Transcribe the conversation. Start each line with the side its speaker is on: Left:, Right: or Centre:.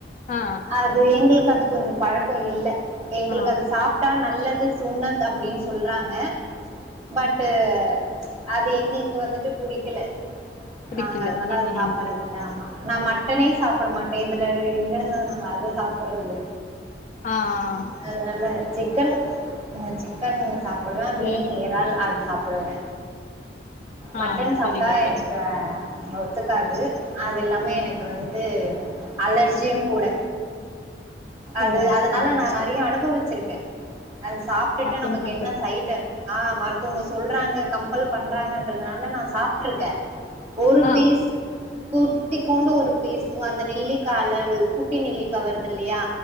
Left: ஆ
Right: அது எங்களுக்கு அது கொஞ்சோ பழக்க இல்ல எங்களுக்கு
Left: ஆ
Right: அது சாப் ட்டா நல்லது சுன்னத் அப்டின்னு சொல்றாங்க பட்டு் அது எங்களுக்கு வந்துட்டு புடிக்கல
Left: பிடிக்கல
Right: நாங்க அதனால
Left: ம்
Right: அத சாப்படுறதுல்ல ஆமா நா மட்டனே சாப்புட மாட்டே இதுல எங்க இருந்த நாங்க அது சாப்பிடுறது
Left: ஆ அ
Right: அதுனல்ல சிக்கன் சிக்கன் சாப்புடுவே
Left: சரி
Right: மீன்
Left: தோழி
Right: ஏறால் அது சாப்புடுவே மட்டன்
Left: ஆ
Right: சாப்ட்டா
Left: சரிங்க தோழி
Right: எனக்கு ஒத்துக்காது அது எல்லாமே எனக் கு வந்துட்டு அலர்ஜியு கூட அது
Left: ஓ
Right: அதனால
Left: சரி
Right: நா நெறைய அனுபவிச்சிருக்கே அது சாப்ட்டுட்டு
Left: மட்டன்
Right: நமக்கு
Left: சாப்டது
Right: என்ன சைடு ஆ மருத்துவங்க சொல்றாங்க கம்பல் பண்றாங்கன்றதுனால நா சாப்ட்டுருக்கே ஒரு
Left: ஆ
Right: பீஸ் குட்டிக்கோண்டு ஒரு பீஸ் அந்த நெல்லிக்கா அளவு குட்டி நெல்லிக்கா வரதுல்லையா